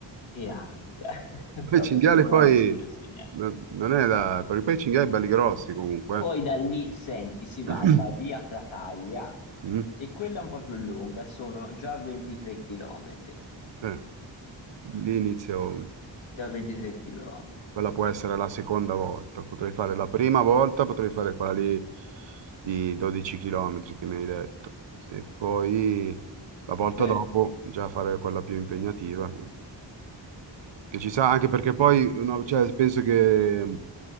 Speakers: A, on the left; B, on the right.
A: Che ansia. <laughs>
B: Poi
A: Però
B: i cinghiali
A: per fortuna
B: poi
A: non è successo niente.
B: no- non è da... perché poi i cinghiali belli grossi comunque.
A: Poi da lì, senti, si va
B: eh.
A: a Badia
B: <clears throat>
A: Prataglia
B: Mm.
A: e quella è un po' più lunga, sono già 23 chilometri.
B: Eh, lì inizio,
A: Già 23 chilometri.
B: quella può essere la seconda volta, potrei fare la prima volta, potrei fare quella lì di 12 km che mi hai detto e poi la volta
A: Sì.
B: dopo già fare quella più impegnativa che, che ci sa anche perché poi no, cioè, penso che